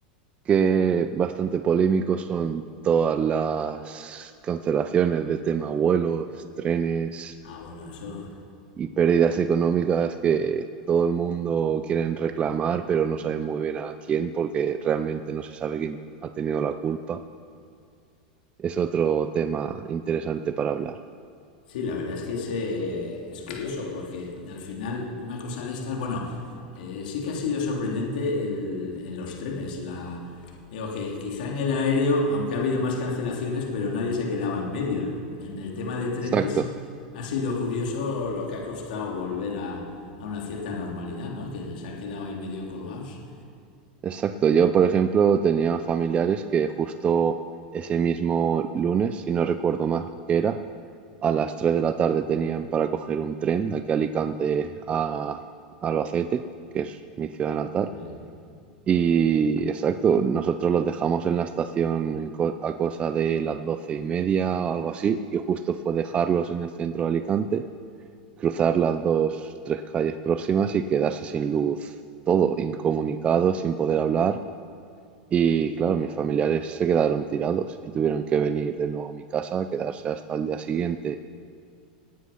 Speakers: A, on the right; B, on the left.
A: que bastante polémico son todas las cancelaciones de tema vuelos, trenes
B: Ah, bueno, eso
A: y pérdidas económicas que todo el mundo quieren reclamar, pero no saben muy bien a quién porque realmente no se sabe quién ha tenido la culpa. Es otro tema interesante para hablar.
B: Sí, la verdad es que es, eh, es curioso porque al final una cosa de estas, bueno, eh, sí que ha sido sorprendente el- en los trenes. La, digo que quizá en el aéreo, aunque ha habido más cancelaciones, pero nadie se quedaba en medio. En el tema de trenes
A: Exacto.
B: ha sido curioso lo que ha costado volver a, a una cierta normalidad, ¿no? Que se han quedado ahí medio colgados.
A: Exacto, yo por ejemplo tenía familiares que justo ese mismo lunes, si no recuerdo mal que era, a las 3 de la tarde tenían para coger un tren de aquí a Alicante a a Albacete, que es mi ciudad natal.
B: Sí.
A: Y exacto, nosotros los dejamos en la estación en co- a cosa de las doce y media o algo así, y justo fue dejarlos en el centro de Alicante, cruzar las dos, tres calles próximas y quedarse sin luz, todo incomunicado, sin poder hablar y claro, mis familiares se quedaron tirados y tuvieron que venir de nuevo a mi casa a quedarse hasta el día siguiente.